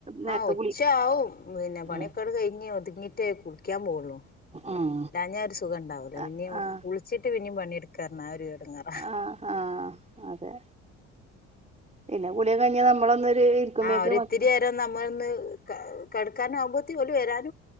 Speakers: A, on the right; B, on the left.
A: നേരത്തെ
B: ആഹ് ഉച്ചാവും
A: കുളി
B: പിന്നെ പണ്യൊക്കെങ്കട്
A: ഉം
B: കഴിഞ്ഞ് ഒതുക് ന്നിട്ടെ കുളിക്കാൻ പോവുള്ളു
A: ഉം
B: ല്ലാഞ്ഞാ ഒരു സുഖം ഉണ്ടാവൂല
A: ആഹ്
B: പിന്നും
A: ആഹ്
B: കുളിച്ചിട്ട് പിന്നും പണി നെടുക് <unintelligible> എടങ്ങേറാ
A: ആഹ് ആഹ് അതെ പിന്നെ കുളിയൊക്കെ കഴിഞ്ഞാ നമ്മളൊന്നൊരു ഇരിക്കുമ്പേക്ക്
B: ആ ഒരിത്തിരേരം
A: മക്ക
B: നമ്മൾ ഒന്ന് കെ കെടക്കാൻ ആകുമ്പോ <unintelligible>